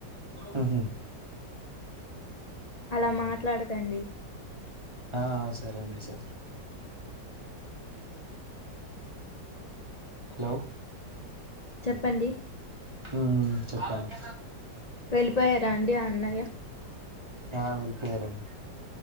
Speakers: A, on the right; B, on the left.
A: మ్మ్
B: అలా మాట్లాడకండి
A: ఆ సరే అండి సరే హలో
B: చెప్పండి
A: మ్మ్ చెప్పండి
B: వెళ్ళిపోయారా అండి ఆ అన్నయ్య
A: ఆ వెళ్ళిపోయారండి